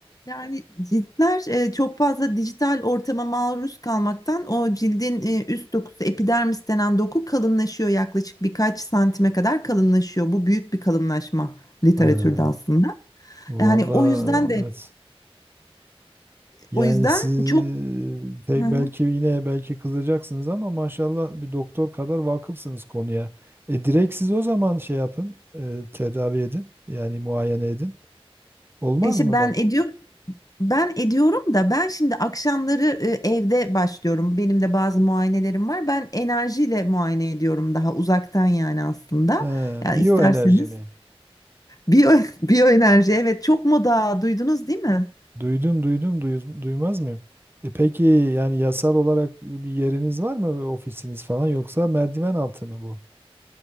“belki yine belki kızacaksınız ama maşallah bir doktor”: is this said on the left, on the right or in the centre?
Right